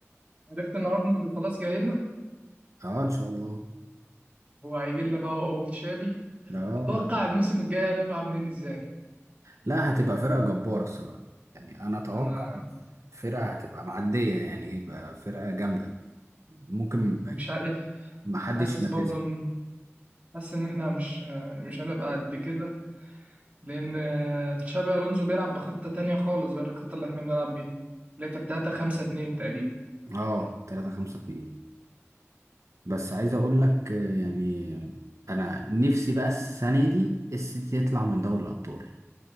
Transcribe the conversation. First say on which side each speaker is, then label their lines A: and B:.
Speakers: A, on the right (about 30°); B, on the right (about 80°).
A: عرفت ان ارنولد خلاص جاي لنا
B: اه ان شاء الله
A: هو هيجي لنا بقى هو وتشابي
B: اه
A: تتوقع الموسم الجاي هنبقى عاملين ازاي
B: لا هتبقى فرقة جبارة الصراحة يعني انا اتوقع
A: انا
B: فرقة هتبقى معدية يعني يبقى فرقة جامدة ممكن
A: انا
B: يعني
A: مش عارف
B: محدش
A: حاسس
B: ينافسها
A: برضه ان حاسس ان احنا مش آه، مش هنبقى قد كده لأن آه، تشابي ألونزو بيلعب بخطة تانية خالص غير الخطة اللي احنا بنلعب بيها اللي هي كانت 3 5 2 تقريبا
B: اه 3 5 2 بس عايز اقول لك آه، يعني انا نفسي بقى السنة دي السيتي يطلع من دوري الابطال